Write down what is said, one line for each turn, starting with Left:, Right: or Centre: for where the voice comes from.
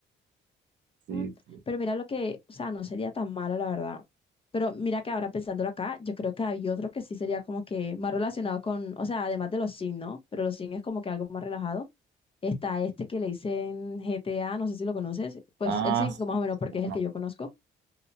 Right: Sí,
Left: Mm,
Right: sí.
Left: Pero mira lo que, o sea, no sería tan malo, la verdad. Pero mira que ahora pensándolo acá, yo creo que hay otro que sí sería como que más relacionado con, o sea, además de los Sims, ¿no? Pero los Sims es como que algo más relajado. Está este que le dicen GTA, no sé si lo conoces, pues
Right: Ah,
Left: el 5
Right: sí,
Left: más o menos,
Right: sí,
Left: porque
Right: bueno,
Left: es el que yo conozco.